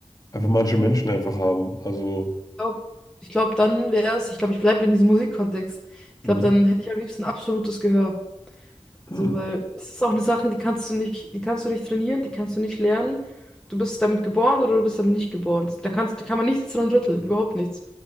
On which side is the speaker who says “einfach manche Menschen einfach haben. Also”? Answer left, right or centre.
Left